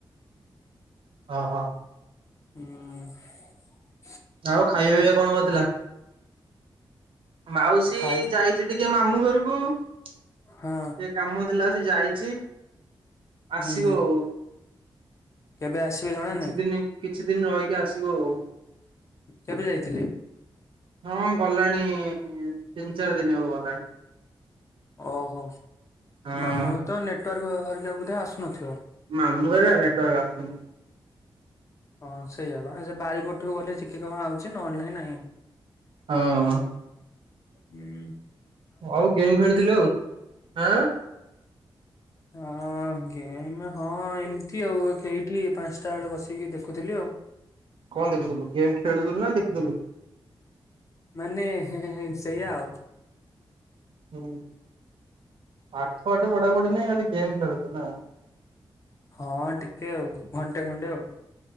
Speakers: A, on the right; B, on the left.
A: ହଁ ହଁ।
B: ହୁଁ।
A: ଆଉ ଖାଇବା ପିଇବା କଣ କରିଥିଲା। ମାଉସୀ
B: ଖାଇ
A: ଯାଇଛି ଟିକେ ମାମୁଁ ଘରକୁ, ଟିକେ
B: ହଁ
A: କାମ ଥିଲା। ସେ ଯାଇଛି ଆସିବ
B: ହୁଁ ହୁଁ
A: ଆଉ
B: କେବେ ଆସିବେ ଜଣା
A: କିଛି
B: ନାଇଁ।
A: ଦିନ କିଛି ଦିନ ରହିକି ଆସିବ ଆଉ
B: କେବେ ଯାଇଥିଲି?
A: ହଁ ଗଲାଣି ତିନି ଚାରି ଦିନ ହବ ଗଲାଣି।
B: ଓହୋ
A: ହଁ।
B: ମାମୂଁ ଘରତ ନେଟୱାର୍କ ଘରିକା ବୁଧେ ଆସୁନଥିବ।
A: ମାମୂଁ ହେଗା ନେଟୱାର୍କ ଆସୁନି।
B: ହଁ ସେଇଆ ବା ସେ ବାରି ପଟକୁ ଗଲେ ଚିକେ ଟିକେ କଣ ଆଉଚି ନହେଲେ ନାଇଁ ନାହିଁ।
A: ଓ ହ
B: ହ <inaudible>
A: ଆଉ ଗେମ୍ ଖେଳିଥିଲୁ ଆଉ ଆଁ
B: ହଁ ଗେମ୍ ହଁ ଏମିତି ଆଉ କେଇଠି ପାଞ୍ଚଟା ବେଳେ ବସିକି ଦେଖ ଖୁଥିଲି ଆଉ
A: କଣ ଦେଖୁଥିଲୁ ଗେମ୍ ଖେଳୁଥିଲୁ ନା ଦେଖୁଥିଲୁ।
B: ମାନେ ସେଇଆା ଆଉ,
A: ହୁଁ, ପାଠ ଫାଟ ପଢା ପଢି ନାହିଁ ଖାଲି ଗେମ୍ ଖେଳୁଚୁ ନା?
B: ହଁ ଟିକେ ଆଉ ଘଣ୍ଟେ ଖଣ୍ଟେ ଆଉ